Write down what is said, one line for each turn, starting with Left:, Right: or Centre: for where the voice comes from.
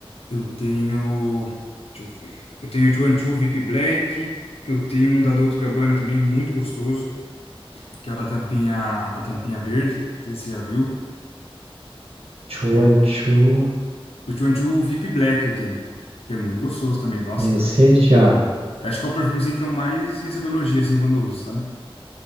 Left: Eu tenho. Deixa eu ver. Eu tenho 212 VIP Black. Eu tenho um da Dolce e Gabbana também, muito gostoso. Que é o da tampinha, da tampinha verde. Não sei se você já viu.
Right: Chuan
Left: É.
Right: Chu.
Left: O 212 VIP Black eu tenho. Que é muito gostoso também. Nossa,
Right: Esse
Left: cara.
Right: já.
Left: Eu acho que é o perfume assim, que eu mais recebo elogio assim, quando eu uso, sabe?